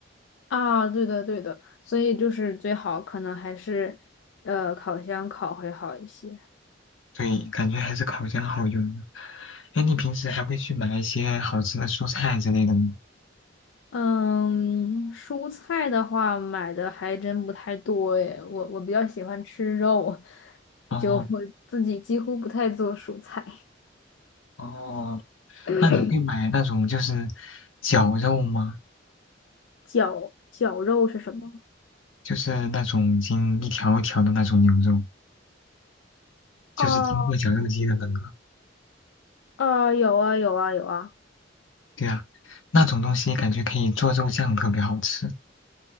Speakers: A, on the left; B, on the left.
A: 啊，对的对的，所以就是最好可能还是呃烤箱烤会好一些。
B: 对，感觉还是烤箱好用的。哎，你平时还会去买一些好吃的蔬菜之类的吗？
A: 嗯，蔬菜的话买的还真不太多诶，我我比较喜欢吃肉，
B: 哦
A: 就我自己几乎不太做蔬菜。
B: 哦，
A: <coughs>
B: 那你会买那种就是绞肉吗？
A: 绞绞肉是什么？
B: 就是那种已经一条一条的那种牛肉，就是经过绞肉机的那个。
A: 哦，哦，有啊有啊有啊。
B: 对啊，那种东西感觉可以做肉酱，特别好吃。